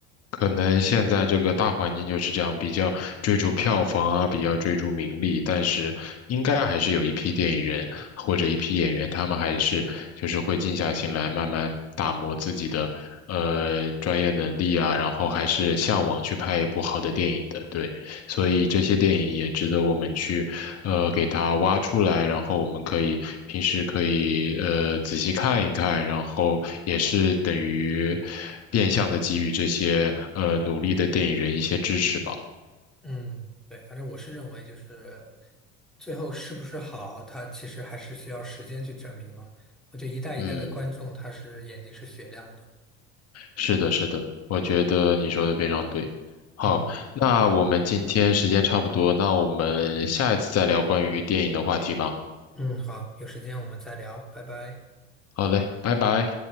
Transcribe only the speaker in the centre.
嗯，对，反正我是认为就是最后是不是好，它其实还是需要时间去证明嘛。我觉得一代一代的观众，
他是眼睛是雪亮的。
嗯，好，
嗯，好，有时间我们再聊，拜拜。